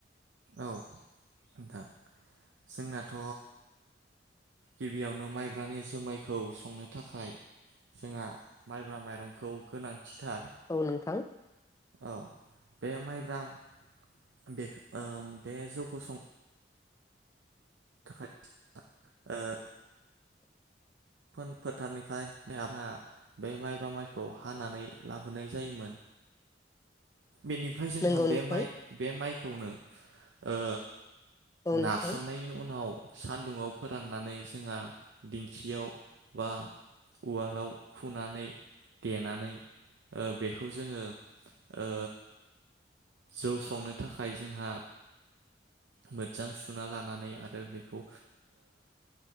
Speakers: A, on the right; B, on the left.
A: औ नोंथां जोंनाथ गिबियावनो माइब्रानि जुमायखौ संनो थाखाय जोंहा माइब्रा माइरंखौ गोनां खिथाब
B: औ नोंथां
A: औ बे माइ ग्राम। <unintelligible> बे जौखौ सं <unintelligible> ओ फोन फोथारनिफ्राया बे माइब्रा माइखौ हानानै लाबोनाय जायोमोन। बेनिफ्राय जोंहा
B: नंगौ
A: बे
B: नोंथां
A: माइ बे माइ खेवनो ओ
B: औ नोंथां
A: नाखांनायनि उनाव सान्दुङाव फोराननानै जोंहा दिंखियाव बा उवालाव खुनानै देनानै ओ बेखौ जोङो ओ जौ संनो थाखाय जोंहा मोजां सुना लानानै आरो बेखौ